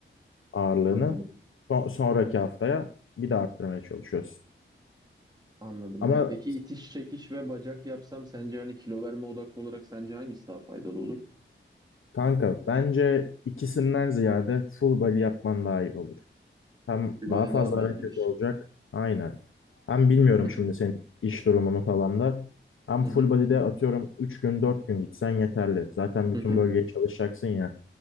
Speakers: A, on the left; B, on the right.
A: ağırlığını.
B: Anladım.
A: Son- sonraki haftaya bir de arttırmaya çalışıyorsun.
B: Anladım.
A: Ama
B: Ya peki itiş çekiş ve bacak yapsam sence hani kilo verme odaklı olarak sence hangisi daha faydalı olur?
A: kanka bence ikisinden ziyade full body yapman daha iyi olur. Hem
B: Beachbody
A: daha fazla
B: daha mı iyi
A: hareket
B: diyorsun?
A: olacak. Aynen. Hem bilmiyorum
B: Hı hı.
A: şimdi senin iş durumunu falan da. Hem
B: Hı
A: full
B: hı.
A: body'de atıyorum 3 gün 4 gün gitsen yeterli. Zaten bütün
B: Hı hı.
A: bölgeye çalışacaksın ya.